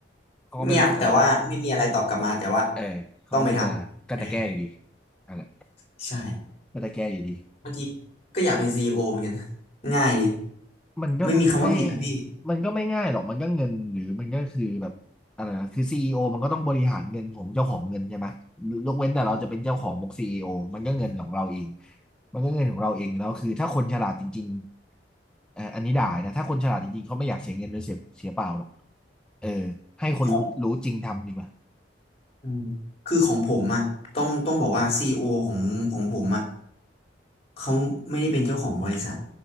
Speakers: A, in the centre; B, on the left.
A: เขาก็ไม่รู้สึกอะไรหรอก
B: เงียบแต่ว่าไม่มีอะไรตอบกลับมาแต่ว่า
A: เออเขาก็ไม่รู้สึกอะไรก็จะแก้อยู่ดี
B: ต้องไปทำเอ่า
A: นั่นแหละ
B: ใช่
A: ก็จะแก้อยู่ดี
B: บางทีก็อยากเป็นซีอีโอเหมือนกันนะง่ายดี
A: มันก็ไม่
B: ไม่มีคำว่าผิดนะพี่
A: มันก็ไม่ง่ายหรอกมันก็เงินหรือมันก็คือแบบอะไรนะคือซีอีโอมันก็ต้องบริหารเงินของเจ้าของเงินใช่ไหมยกเว้นแต่เราจะเป็นเจ้าของบุกซีอีโอมันก็เงินของเราเองมันก็เงินของเราเองแล้วคือถ้าคนฉลาดจริงๆเอ่ออันนี้ด่านะถ้าคนฉลาดจริงๆเขาไม่อยากเสียเงินโดยเสียเสียเปล่าหรอกเออให้คนรู้รู้จริงทำดีกว่า
B: ของ อืมคือของผมอะต้องต้องบอกว่าซีโอของของผมอะเขาไม่ได้เป็นเจ้าของบริษัท